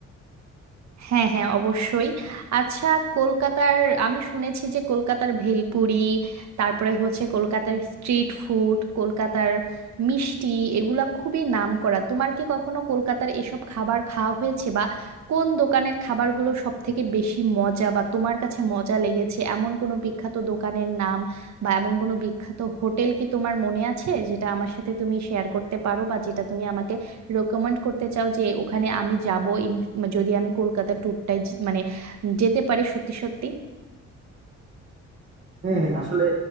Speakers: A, on the right; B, on the right.
A: হ্যাঁ হ্যাঁ অবশ্যই আচ্ছা কলকাতার আমি শুনেছি যে কলকাতার ভেলপুরি তারপরে হচ্ছে কলকাতার স্ট্রিট ফুড কলকাতার মিষ্টি এগুলা খুবই নামকরা তোমার কি কখনো কলকাতার এসব খাবার খাওয়া হয়েছে বা কোন দোকানের খাবারগুলো সব থেকে বেশি মজা বা তোমার কাছে মজা লেগেছে এমন কোনো বিখ্যাত দোকানের নাম বা এমন কোনো বিখ্যাত হোটেল কি তোমার মনে আছে যেটা আমার সাথে তুমি শেয়ার করতে পারো বা যেটা তুমি আমাকে রেকমেন্ড করতে চাও যে ওখানে আমি যাব ইন যদি আমি কলকাতা ট্যুরটায় মানে যেতে পারি সত্যি সত্যি
B: হ্যাঁ হ্যাঁ আসলে